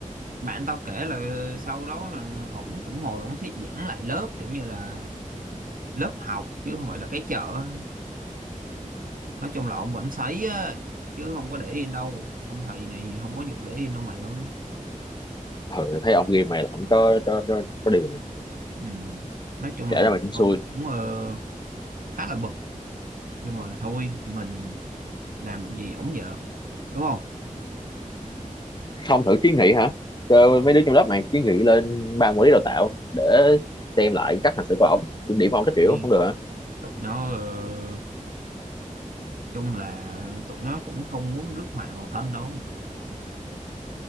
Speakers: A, on the right (about 80°); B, on the left (about 30°).
A: bạn tao kể là sau đó là ổng cũng ngồi ổng thuyết giảng lại lớp kiểu như là lớp học chứ không phải là cái chợ nói chung là ổng vẫn sấy á chứ không có để yên đâu ông thầy này không có vụ để yên đâu mày ơi
B: ừ, thấy ông ghi mày là ổng có có, có có điều mà
A: ừ. nói chung
B: kể
A: là
B: ra mày cũng
A: tao
B: xui
A: cũng ờ, khá là bực nhưng mà thôi mình làm được gì ổng vợ đúng không
B: không thử kiến nghị hả cho mấy đứa trong lớp mày kiến nghị lên ban quản lý đào tạo để xem lại cách hành xử của ổng kiểm điểm ông các kiểu
A: vì
B: không được hả
A: tụi nó ờ, chung là tụi nó cũng không muốn rước họa vào thân đâu